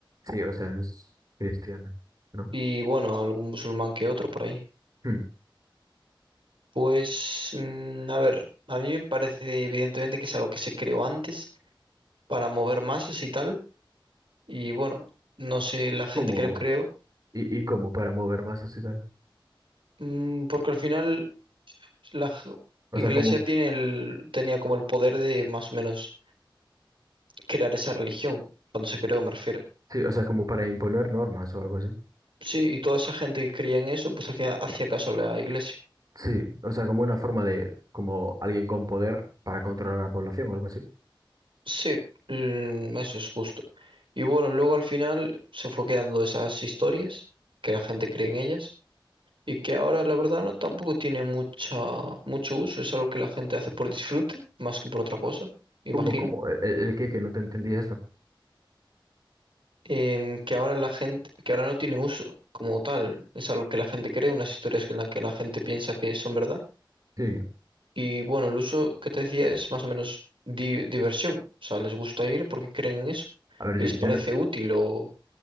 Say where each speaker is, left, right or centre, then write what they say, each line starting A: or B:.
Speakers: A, on the right; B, on the right.
A: Sí, o sea, es cristiana, ¿no?
B: y bueno, algún musulmán que otro por ahí.
A: Hmm,
B: Pues, mm, a ver, a mí me parece evidentemente que es algo que se creó antes para mover masas y tal. Y bueno, no sé la
A: ¿Cómo?
B: gente que lo creó,
A: ¿Y, y cómo para mover masas y tal?
B: mm, porque al final la j-
A: O
B: iglesia
A: sea, como,
B: tiene el, tenía como el poder de más o menos crear esa religión, cuando se creó me refiero.
A: sí, o sea, como para imponer normas o algo así.
B: Sí, y toda esa gente que creía en eso, pues al final hacía caso a la iglesia.
A: Sí, o sea, como una forma de, como alguien con poder para controlar a la población o algo así.
B: Sí, mm, eso es justo. Y bueno, luego al final se fue quedando esas historias, que la gente cree en ellas. y que ahora la verdad no, tampoco tiene mucha, mucho uso, es algo que la gente hace por disfrute, más que por otra cosa, imagino,
A: ¿Cómo, cómo? ¿El, el- el qué? Que no te entendía esto.
B: Em, que ahora la gente, que ahora no tiene uso como tal, es algo que la gente cree, unas historias que en las que la gente piensa que son verdad,
A: Sí.
B: y bueno, el uso que te decía es más o menos di- diversión, o sea, les gusta ir porque creen en eso,
A: A ver,
B: y
A: yo,
B: les
A: yo
B: parece
A: no-
B: útil o